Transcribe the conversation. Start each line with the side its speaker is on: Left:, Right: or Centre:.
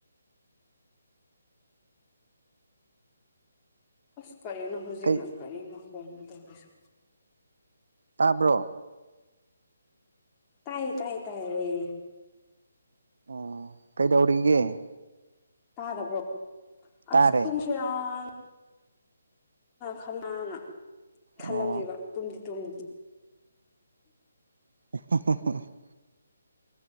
Left: ꯑꯁ ꯀꯔꯤꯅꯣ ꯍꯧꯖꯤꯛꯅ
Right: ꯀꯩ
Left: ꯀꯔꯤ ꯃꯈꯣꯟꯅꯣ ꯇꯧꯔꯤꯁꯨ
Right: ꯇꯥꯕ꯭ꯔꯣ
Left: ꯇꯥꯏ ꯇꯥꯏ ꯇꯥꯏꯌꯦ
Right: ꯎꯝ ꯀꯩꯗꯧꯔꯤꯒꯦ
Left: ꯇꯥꯗꯕꯔꯣ
Right: ꯇꯥꯔꯦ
Left: ꯑꯁ ꯇꯨꯝꯁꯤꯔꯅꯥ ꯈꯅꯥꯅ ꯈꯜꯂꯝꯃꯦꯕ
Right: ꯑꯣ
Left: ꯇꯨꯝꯗꯤ ꯇꯨꯝꯗꯤ
Right: <unintelligible>